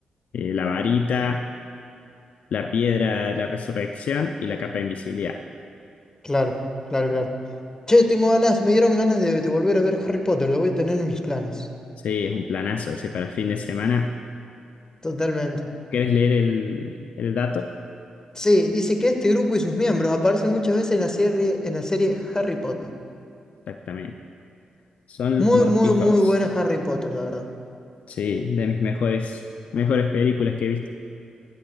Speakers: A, on the left (about 70°); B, on the left (about 25°).
A: eh, la varita, la piedra de la resurrección y la capa de invisibilidad.
B: Claro, claro, claro. Che, tengo ganas, me dieron ganas de, de volver a ver Harry Potter, lo voy a tener en mis planes.
A: Sí, es un planazo ese para fin de semana.
B: Totalmente.
A: ¿Querés leer el, el dato?
B: Sí, dice que este grupo y sus miembros aparecen muchas veces en la serie, en la serie Harry Potter.
A: Exactamente. Son
B: Muy,
A: los mortífagos.
B: muy, muy buena Harry Potter, la verdad.
A: Sí, de mis mejores, mejores películas que he visto.